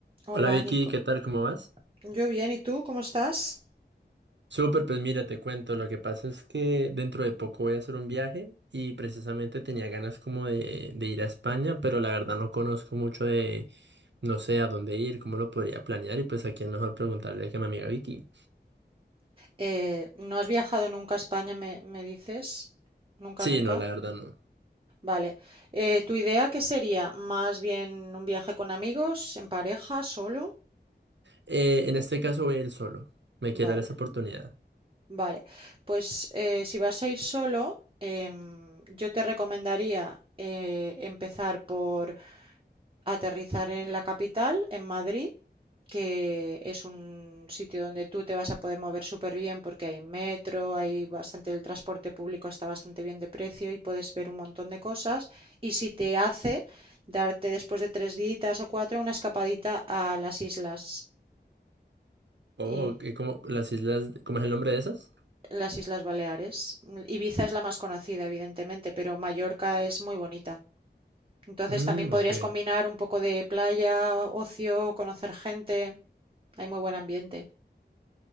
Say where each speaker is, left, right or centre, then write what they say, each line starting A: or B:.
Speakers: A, on the right (about 30°); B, on the right (about 85°).
A: Hola,
B: Hola Vicky,
A: Nico.
B: ¿qué tal? ¿Cómo vas?
A: Yo bien, ¿y tú cómo estás?
B: Súper, pues mira, te cuento, lo que pasa es que dentro de poco voy a hacer un viaje y precisamente tenía ganas como de, de ir a España, pero la verdad no conozco mucho de, no sé a dónde ir, cómo lo podría planear y pues a quién mejor preguntarle que a mi amiga Vicky.
A: Eh, ¿no has viajado nunca a España, me, me dices? Nunca,
B: Sí,
A: nunca.
B: no, la verdad no.
A: Vale. Eh, ¿tu idea qué sería? ¿Más bien un viaje con amigos, en pareja, solo?
B: Eh, en este caso voy a ir solo, me quiero
A: Vale,
B: dar esa oportunidad.
A: vale. Pues eh, si vas a ir solo, em, yo te recomendaría eh, empezar por aterrizar en la capital, en Madrid, que es un sitio donde tú te vas a poder mover súper bien porque hay metro, hay bastante, el transporte público está bastante bien de precio y puedes ver un montón de cosas. Y si te hace darte después de tres días o cuatro una escapadita a las islas
B: Oh,
A: y
B: ¿qué- ¿cómo, las islas, cómo es el nombre de esas?
A: las Islas Baleares. Ibiza es la más conocida, evidentemente, pero Mallorca es muy bonita. Entonces
B: Mm,
A: también podrías
B: ok.
A: combinar un poco de playa, ocio, conocer gente. Hay muy buen ambiente.